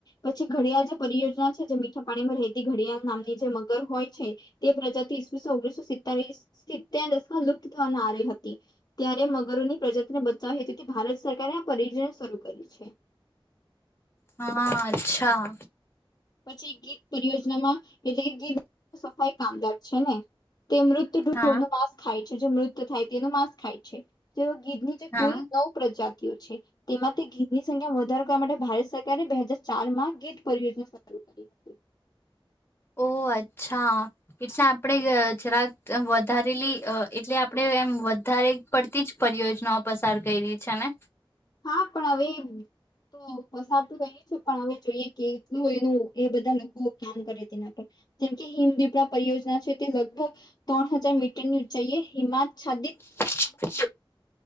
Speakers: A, on the left (about 45°); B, on the left (about 25°).
A: પછી ઘડિયાલ જે પરિયોજના છે જે મીઠા પાણીમાં રહેતી ઘડિયાલ નામની જે મગર હોય છે, તે પ્રજાતિ ઈસ્વીસસૌ ઓગણીસો સિતતાલી <unintelligible> માં લુપ્ત થવનારી હતી. ત્યારે મગરોની પ્રજાતિને બચાવવા હેતુથી ભારત સરકારે આ પરિયોજના શરૂ કરી છે.
B: હા અચ્છા.
A: પછી ગીધ પરિયોજનામાં એટલે ગીધ સફાઈ કામદાર છે ને. તે મૃત <unintelligible>
B: હા
A: નું માંસ ખાય. જે-જે મૃત થાય તેનો માંસ ખાય છે. તેઓ કિડની ચે
B: હા
A: કુલ નવ પ્રજા તીયું છે. તેમાંથી ઘીધની સંખ્યા વધારે કરવા માટે ભારત સરકારે બે હજાર ચાર માં ગીત પરિયોજના શર <inaudible>
B: ઓહ અચ્છ. એટલે આપણેે અહ જરાક વધારેલી અહ એટલે આપણે એમ વધારે પડતી જ પરિયોજનાઓ પસાર કયરી છે ને.
A: હા પણ હવે તો પસાર કયરું તું છે પણ હવે જોઈએ કે કેટલું એનું એ બધા વો કામ કરે તેના પર. જેમકે હિમ દીપડા પરિયોજના છે તે લગભગ ત્રણ હ હજાર મીટરનું ચઈયે હિમા છાદી
B: <inaudible>